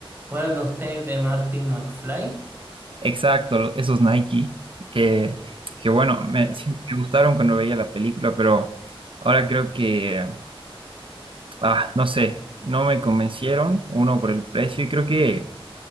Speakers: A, on the right; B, on the right.
A: ¿cuáles los tenis de Martin McFly?
B: Exacto, lo- esos Nike que, que bueno,
A: A ver,
B: me, sí me gustaron cuando veía la película, pero ahora creo que, ah, no sé, no me convencieron, uno por el precio y creo que